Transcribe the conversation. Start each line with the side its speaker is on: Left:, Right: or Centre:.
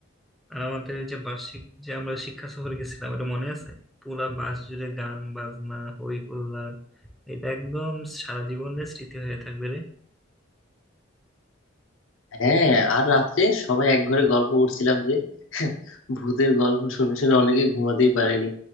Centre: আর আমাদের যে বার্ষিক যে আমরা শিক্ষা সফরে গেছিলাম ওটা মনে আছে পুরা বাস জুড়ে গান বাজনা হই হুল্লার এটা একদম সারা জীবনের স্মৃতি হয়ে থাকবে রে
Left: হ্যাঁ আর রাত্রে সবাই এক ঘরে গল্প করছিলাম যে <laughs> ভূতের গল্প শুনে শুনে অনেকে ঘুমাতেই পারেনি